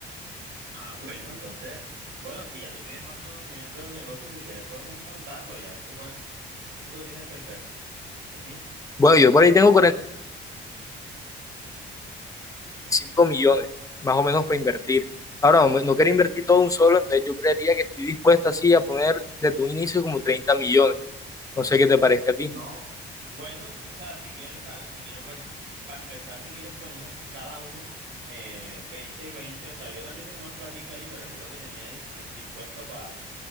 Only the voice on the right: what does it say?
Ah, bueno, entonces, bueno, si ya tú tienes más conocimiento del negocio, si quieres podemos montarlo ya. ¿Tú cuánto tienes para invertir?
No. Bueno, o sea, si quieres, ¿sabes? Si quieres, bueno, para empezar, si quieres, ponemos cada uno eh, 20 y veinte O sea, yo también tengo más platica ahí, pero yo lo que tenía di- di- dispuesto para